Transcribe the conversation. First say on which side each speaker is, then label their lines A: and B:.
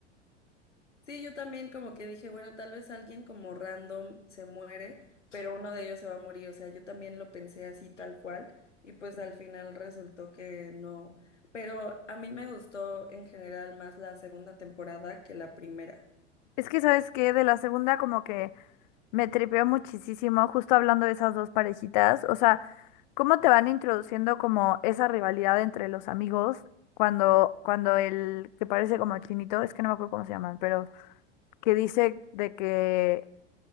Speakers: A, on the left; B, on the left.
A: Sí, yo también como que dije, bueno, tal vez alguien como random se muere, pero uno de ellos se va a morir. O sea, yo también lo pensé así tal cual y pues al final resultó que no. Pero a mí me gustó en general más la segunda temporada que la primera.
B: Es que, ¿sabes qué? De la segunda como que Me tripeó muchísimo justo hablando de esas dos parejitas. O sea, cómo te van introduciendo como esa rivalidad entre los amigos cuando, cuando el que parece como chinito, es que no me acuerdo cómo se llaman, pero que dice de que